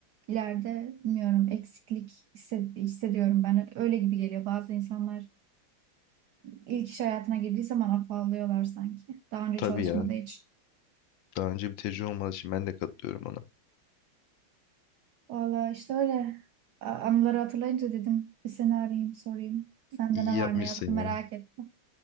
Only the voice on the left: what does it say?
Tabii
ya.
Daha önce bir tecrübe olmadığı için ben de katılıyorum ona.
İyi
yapmışsın
ya.